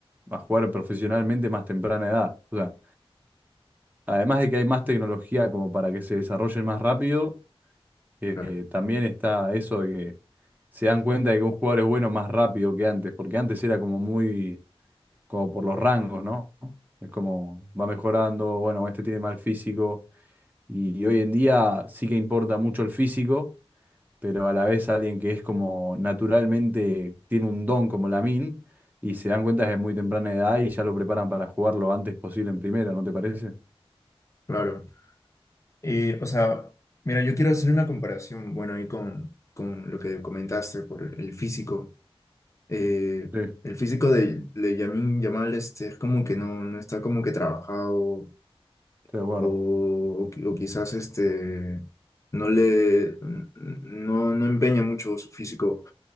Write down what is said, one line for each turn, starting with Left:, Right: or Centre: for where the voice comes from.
Right: a, a jugar profesionalmente más temprana edad. O sea, además de que hay más tecnología como para que se desarrollen más rápido, eh,
Left: Claro,
Right: eh, también está eso de que se dan cuenta de que un jugador es bueno más rápido que antes, porque antes era como muy como por los rangos, ¿no? Es como va mejorando, bueno, este tiene mal físico y, y hoy en día sí que importa mucho el físico, pero a la vez alguien que es como naturalmente tiene un don como Lamine y se dan cuenta desde muy temprana edad y ya lo preparan para jugar lo antes posible en primera, ¿no te parece?
Left: claro. Y, o sea, mira, yo quiero hacer una comparación, bueno, ahí con, con lo que comentaste por el, el físico. Eh,
Right: Sí, estoy
Left: el físico de, de Lamine Yamal este, es como que no, no está como que trabajado
Right: de acuerdo.
Left: o, o quizás este, no le, no, no empeña mucho su físico.